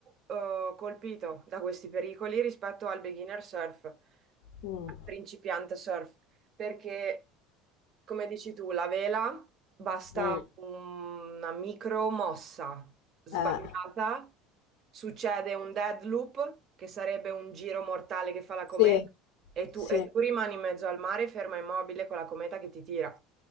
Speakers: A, on the right (about 35°); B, on the left (about 80°).
A: eh, colpito da questi pericoli rispetto al beginner surf, al
B: mm,
A: principiante surf perché, come dici tu, la vela basta
B: Mm.
A: una micro mossa sbagliata,
B: eh,
A: succede un dead loop, che sarebbe un giro mortale che fa la
B: Sì,
A: cometa, e tu,
B: sì.
A: e tu rimani in mezzo al mare ferma immobile con la cometa che ti tira.